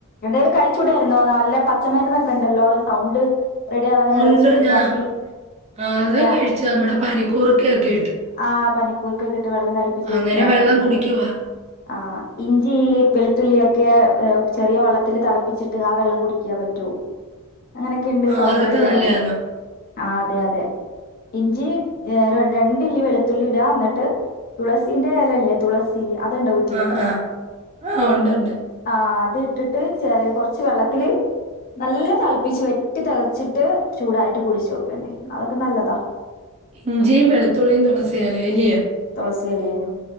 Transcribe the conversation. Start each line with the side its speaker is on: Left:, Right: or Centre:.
Left: എന്തേലും കഴിച്ചൂടായിര്ന്നോ നല്ല പച്ചമര്ന്നൊക്കെണ്ടല്ലോ സൗണ്ട് റെഡി ആവാന് നല്ല
Right: ഉണ്ട്
Left: ചുക്ക്
Right: ഞാ
Left: കാപ്പി
Right: ആ
Left: പിന്നെ
Right: അത് കഴിച്ചു. നമ്മുടെ പനിക്കൂർക്കയൊക്കെ ഇട്ട്.
Left: ആ പനിക്കൂർക്കൊക്കെട്ട് വെള്ളം തെള് കുടിക്കാ
Right: അങ്ങനെ വെള്ളം
Left: പിന്നെ
Right: കുടിക്കുവാ.
Left: ആഹ് ഇഞ്ചി
Right: ഉം.
Left: വെളുത്തുള്ളിയ ഒക്കെ ചെറിയ വെള്ളത്തില് തെളപ്പിച്ചിട്ട് ആ വെള്ളം കുടിക്ക്യാ പറ്റോ? അങ്ങനൊക്കെണ്ട്
Right: ആ
Left: സൗണ്ട്
Right: അതൊക്കെ
Left: റെഡിയാവാന്.
Right: നല്ലയാന്നോ?
Left: ആഹ് അതെ അതെ ഇഞ്ചി ഏര രണ്ടില്ലി വെളുത്തുള്ളി ഇടാ ന്നട്ട് തുളസീന്റെ എലല്ലേ തുളസി സീ അതിണ്ടോ വീ
Right: ആഹ് ആഹ് ആഹ് ഒണ്ട് ഒണ്ട്.
Left: ആഹ് അതിട്ടിട്ട് ചെറിയ കൊറച്ച് വെള്ളത്തില് നല്ല തെളിപ്പിച്ച് വെട്ടി തെളച്ചിട്ട് ചൂടാറീട്ട് കുടിച്ചോക്കേണ്ടി അതൊക്കെ നല്ലതാ.
Right: ഇഞ്ചിം വെളുത്തുള്ളിം തൊളസി എലേല്ലിയോ.
Left: തൊളസി എലേനും